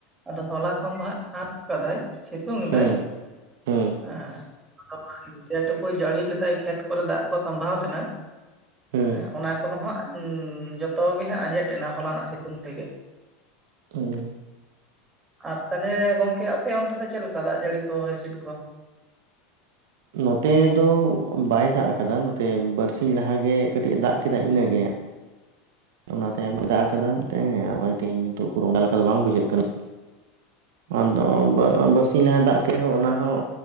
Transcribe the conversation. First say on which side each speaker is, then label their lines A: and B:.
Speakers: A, on the right; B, on the right.
A: ᱟᱫᱚ ᱦᱚᱞᱟ ᱠᱷᱚᱱ ᱫᱚ ᱦᱟᱸᱜ ᱯᱷᱟᱸᱜ ᱠᱟᱫᱟᱭ ᱥᱤᱛᱩᱝ
B: ᱦᱩᱸ
A: ᱫᱟᱭ,
B: ᱦᱩᱸ
A: ᱮᱸᱻ <inaudible> ᱡᱮ ᱴᱩᱠᱩᱭ ᱡᱟᱹᱲᱤ ᱞᱮᱫᱟᱭ ᱠᱷᱮᱛ ᱠᱚᱨᱮ ᱫᱟᱜ ᱠᱚ ᱠᱟᱢᱵᱷᱟᱟᱣ <unintelligible> ᱞᱮᱱᱟ
B: ᱦᱩᱸ
A: ᱦᱮᱸ ᱚᱱᱟ ᱠᱚᱫᱚ ᱦᱟᱸᱜ ᱡᱚᱛᱚ ᱜᱮ ᱦᱟᱸᱜ ᱦᱮᱡ ᱞᱮᱱᱟ ᱦᱚᱞᱟᱱᱟᱜ ᱥᱤᱛᱩᱝ ᱛᱮᱜᱮ᱾
B: ᱦᱩᱸ
A: ᱟᱨ ᱛᱟᱦᱞᱮ ᱜᱚᱝᱠᱮ ᱟᱯᱮ ᱚᱱᱛᱮ ᱫᱚ ᱪᱮᱫ ᱞᱮᱠᱟ, ᱫᱟᱜ ᱡᱟᱹᱲᱤ ᱠᱚ ᱦᱚᱭ ᱦᱤᱥᱤᱫ ᱠᱚ?
B: ᱱᱚᱛᱮ ᱫᱚ ᱵᱟᱭ ᱫᱟᱜ ᱟᱠᱟᱫᱟ ᱱᱚᱛᱮ ᱫᱚ ᱵᱟᱨᱥᱤ ᱞᱟᱦᱟᱜᱮ ᱫᱟᱜ ᱟᱠᱟᱫᱟ ᱤᱱᱟᱹᱜᱮ᱾ ᱚᱱᱟ ᱛᱟᱭᱚᱢ ᱫᱟᱜ ᱟᱠᱟᱫᱟᱭ ᱦᱮᱸ ᱛᱦᱤᱧ ᱱᱤᱛᱚᱜ ᱚᱝᱠᱟ ᱞᱮᱠᱟ ᱫᱚ ᱵᱟᱝ ᱵᱩᱡᱷᱟᱹᱜ ᱠᱟᱱᱟ᱾ ᱟᱫᱚ ᱵᱟᱨᱥᱤᱧ ᱞᱟᱦᱟ ᱫᱟᱜ ᱠᱮᱫ ᱚᱱᱟ ᱦᱚᱸ